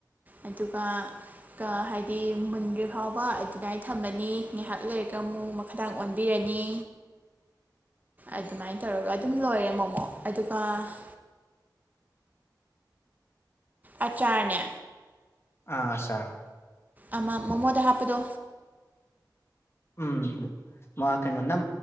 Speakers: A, on the right; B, on the left.
A: ꯑꯗꯨꯒ ꯍꯥꯏꯗꯤ ꯃꯨꯟꯒꯤ ꯐꯥꯎꯕ ꯑꯗꯨꯃꯥꯏꯅ ꯊꯝꯃꯅꯤ ꯉꯥꯏꯍꯥꯛ ꯂꯩꯔꯒ ꯑꯃꯨꯛ ꯃꯈꯥꯗꯡ ꯑꯣꯟꯕꯤꯔꯅꯤ ꯑꯗꯨꯃꯥꯏꯅ ꯇꯧꯔꯒ ꯑꯗꯨꯝ ꯂꯣꯏꯔꯦ ꯃꯣꯃꯣ ꯑꯗꯨꯒ <unintelligible> ꯑꯆꯥꯔꯅꯦ
B: ꯑꯥ ꯑꯆꯥꯥꯔ
A: ꯑꯃ ꯃꯣꯃꯣꯗ ꯍꯥꯞꯄꯗꯣ
B: ꯎꯝ ꯀꯩꯅꯣ